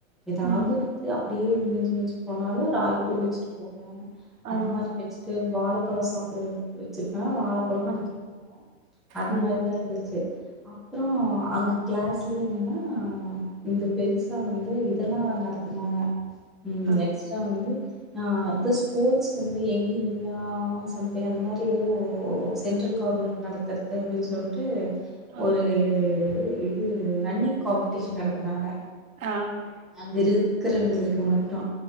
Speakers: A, in the centre; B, on the right.
A: எதாவுது
B: ம்
A: வந்து அப்டியே இது மிஞ்சி மிச்சு போனாலு ராய் பூ வெச்சுட்டு போவ அது
B: ஆ
A: மாரி வெச்சுட்டு வாழ பழோ சாப்புடுவ வெச்சு ஆனா வாழப்பழோம் குடுத்துருவாங்க
B: ஆ
A: அது
B: ம்
A: மாரிதா இருந்துச்சு அப்புறோம் அங்கு கிளாஸ்லேயே என்னென்னா இந்த பெருசா வந்து இதெல்லா நடத் துனாங்க உம்
B: ஆ
A: எக்ஸ்ட்ரா வந்து ஆஹ் இந்த ஸ்போட்ஸ் வந்து யங் இந்தியா ஆ சம்திங் அந்த மாதிரி எதோ சென்ட்ரல் கவுர்மெண்ட் நடத்தர் ததுன் சொல்லிட்டு
B: ஆ
A: ஒரு இது ரன்னிங் காம்பிட்டிஷன் நடத்துனாங்க
B: ஆஹ்
A: அங்க இருக்கிறவுங்களுக்கு மட் டு